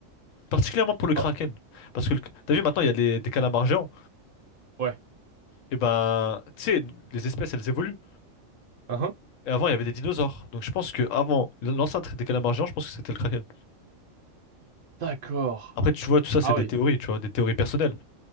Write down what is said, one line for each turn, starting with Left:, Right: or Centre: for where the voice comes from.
Left: Particulièrement pour le Kraken,
Right: Oh,
Left: parce que le- t'as vu maintenant il y a les- des calamars géants,
Right: ouais.
Left: et ben, tu sais, les espèces elles évoluent.
Right: Ah, Hein?
Left: Et avant il y avait des dinosaures, donc je pense que avant l'ancêtre des calamars géants, je pense que c'était le Kraken.
Right: D'accord.
Left: Après, tu vois, tout ça, c'est
Right: Ah
Left: des
Right: oui.
Left: théories, tu vois, des théories personnelles.